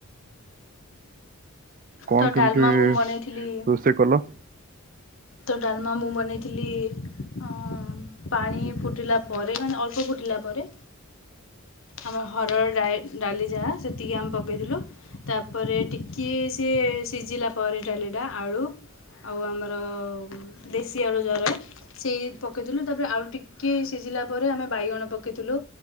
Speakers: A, on the right; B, on the left.
A: କଣ
B: ତ
A: କେମତି
B: ଡାଲମା ମୁଁ ବନେଇଥିଲି
A: ରୋଷେଇ କଲ?
B: ତ ଡାଲମା ମୁଁ ବନେଇଥିଲି ଅଁ ଅଁ ପାଣି ଫୁଟିଲା ପରେ ମାନେ ଅଳ୍ପ ଫୁଟିଲା ପରେ ଆମ ହରର ଡାଇ ଡାଲି ଯାହା ସେତିକି ଆମେ ପକେଇଥିଲୁ ତାପରେ ଟିକିଏ ସିଏ ସେ ସିଜିଲା ପରେ ଡାଲିଟା ଆଳୁ ଆଉ ଆମର ଉମ୍ ଦେଶୀଆଳୁ ଯା ରଏ ସେଇ ପକେଇଥିଲୁ ତାପରେ ଆଳୁ ଟିକେ ସିଜିଲା ପରେ ଆମେ ବାଇଗଣ ପକେଇଥୁଲୁ